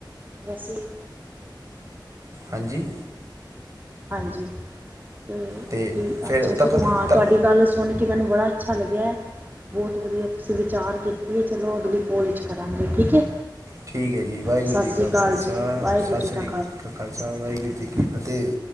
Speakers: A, on the right; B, on the right.
A: ਵੈਸੇ
B: ਹਾਂਜੀ।
A: ਹਾਂਜੀ ਅਤੇ
B: ਤੇ
A: ਠੀ
B: ਫਿਰ
A: ਅੱਛਾ ਚਲੋ
B: ਤਖਤ
A: ਹਾਂ
B: ਤ-
A: ਤੁਹਾਡੀ ਗੱਲ ਸੁਣ ਕੇ ਮੈਨੂੰ ਬੜਾ ਅੱਛਾ ਲੱਗਿਆ। ਬਹੁਤ ਵਧੀਆ ਤੁਸੀਂ ਵਿਚਾਰ ਕੀਤੀ ਹੈ ਚਲੋ ਅਗਲੀ ਕੋਲ ਵਿਚ ਕਰਾਗੇ ਠੀਕ ਹੈ।
B: ਠੀਕ ਹੈ ਜੀ ਵਾਹਿਗੁਰੂ
A: ਸਤਿ
B: ਜੀ
A: ਸ਼੍ਰੀ
B: ਕਾ
A: ਅਕਾਲ
B: ਖਾਲਸਾ
A: ਜੀ ਵਾਹਿਗੁਰੂ
B: ਸਤਿ
A: ਜੀ
B: ਸ਼੍ਰੀ
A: ਕਾ
B: ਆ ਕੇ ਖਾਲਸਾ ਵਾਹਿਗੁਰੂ
A: ਫਤਿਹ
B: ਜੀ ਕੀ ਫਤਿਹ।